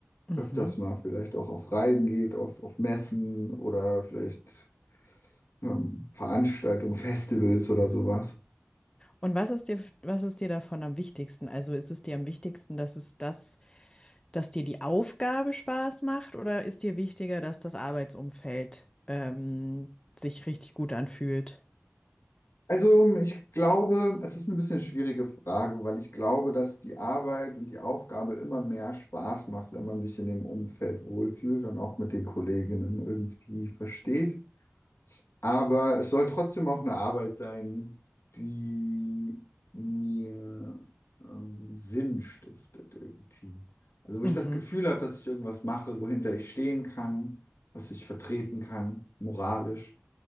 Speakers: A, on the left; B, on the left.
A: mhm.
B: öfters mal vielleicht auch auf Reisen geht, auf, auf Messen oder vielleicht ähm, Veranstaltungen, Festivals oder sowas.
A: Und was ist dir, was ist dir davon am wichtigsten? Also ist es dir am wichtigsten, dass es das, dass dir die Aufgabe Spaß macht oder ist dir wichtiger, dass das Arbeitsumfeld ähm, sich richtig gut anfühlt?
B: Also ich glaube, es ist eine bisschen schwierige Frage, weil ich glaube, dass die Arbeit und die Aufgabe immer mehr Spaß macht, wenn man sich in dem Umfeld wohlfühlt und auch mit den Kolleginnen irgendwie versteht. Aber es soll trotzdem auch eine Arbeit sein, die mir ähm, Sinn stiftet irgendwie. Also wo
A: Mhm,
B: ich das Gefühl habe, dass ich irgendwas mache, wohinter ich stehen kann, was ich vertreten kann, moralisch,